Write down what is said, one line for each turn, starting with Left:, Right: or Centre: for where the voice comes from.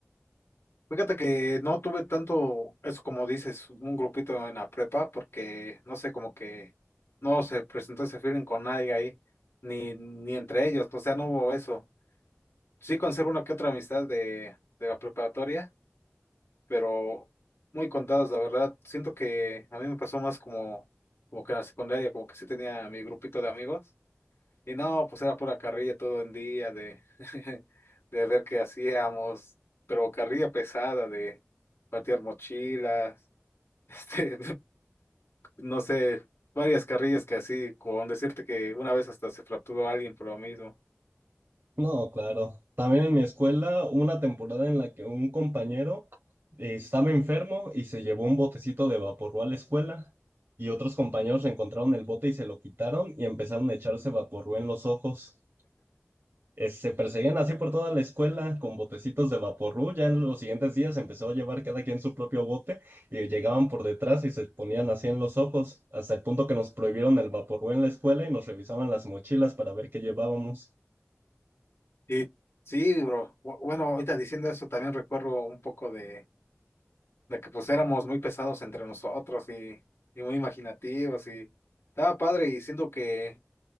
Left: Fíjate que no tuve tanto, eso como dices, un grupito en la prepa, porque no sé, como que no se presentó ese feeling con nadie ahí, ni, ni entre ellos, o sea, no hubo eso. Sí conservo una que otra amistad de, de la preparatoria, pero muy contadas, la verdad. Siento que a mí me pasó más como, como que en la secundaria, como que sí tenía mi grupito de amigos. Y no, pues era pura carrilla todo el día de, <laughs> de ver qué hacíamos, pero carrilla pesada de patear mochilas, <laughs> este, no sé, varias carrillas que así, con decirte que una vez hasta se fracturó alguien por lo mismo.
Right: No, claro. También en mi escuela hubo una temporada en la que un compañero eh, estaba enfermo y se llevó un botecito de vaporru a la escuela y otros compañeros encontraron el bote y se lo quitaron y empezaron a echarse vaporru en los ojos. Eh, se perseguían así por toda la escuela con botecitos de vaporru. Ya en los siguientes días empezó a llevar cada quien su propio bote y llegaban por detrás y se ponían así en los ojos, hasta el punto que nos prohibieron el vaporru en la escuela y nos revisaban las mochilas para ver qué llevábamos.
Left: Y sí, bro. Bu- Bueno, ahorita diciendo eso, también recuerdo un poco de, de que pues éramos muy pesados entre nosotros y, y muy imaginativos y estaba padre y siento que,